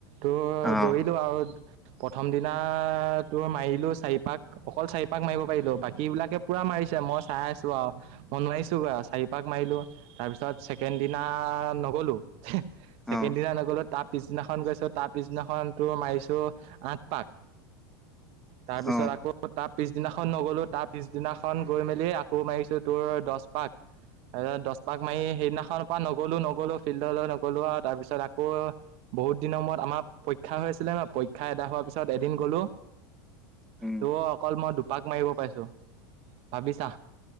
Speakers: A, on the right (about 55°); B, in the centre.
A: তোৰ
B: অ',
A: দৌৰিলো আৰু। প্ৰথম দিনাটো মাৰিলোঁ চাৰিপাক। অকল চাৰিপাক মাৰিব পাৰিলো, বাকী বিলাকে পুৰা মাৰিছে মই চাই আছো আৰু। মই নোৱাৰিছোগে আৰু, চাৰি পাক মাৰিলো তাৰপিছত ছেকেণ্ড দিনা। নগ'লো
B: অ',
A: ছেকেণ্ড দিনা নগলো তাত। পিছনাখন গৈছো, তাৰ পিছদিনাখন তো মাৰিছো আঠ পাক। তাৰপিছত
B: অ',
A: আকৌ তাত। পিছদিনাখন নগলো, তাৰ পিছদিনাখন গৈ মেলি আকৌ মাৰিছো তোৰ দছ পাক। তাৰপিছত দছ পাক মাৰি সেইদিনাখনৰ পৰা নগলো নগলো ফিল্ডলৈ নগলো আৰু তাৰপিছত আকৌ। বহুত দিনৰ মূৰত আমাৰ পৰীক্ষা হৈ আছিলে ন, পৰীক্ষা এদাই হোৱাৰ পিছত এদিন গলো।
B: উম,
A: তোৰ অকল মই দুপাক মাৰিব পাইছোঁ ভাবিছা।